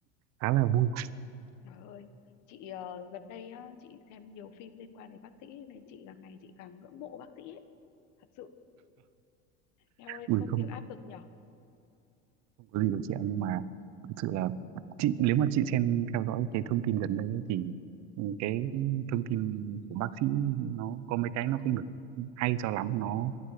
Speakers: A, on the right (about 55°); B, on the left (about 60°).
A: khá là vui
B: trời ơi. Chị ờ, gần đây á, chị xem nhiều phim liên quan đến bác sĩ nên chị càng ngày chị càng ngưỡng mộ bác sĩ ấy. Thật sự theo ơi
A: ui
B: công
A: không
B: việc áp lực nhở
A: không có gì đâu chị ạ nhưng mà thực sự là chị nếu mà chị xem theo dõi cái thông tin gần đây ấy, thì ừ, cái thông tin của bác sĩ nó có mấy cái nó không được hay cho lắm nó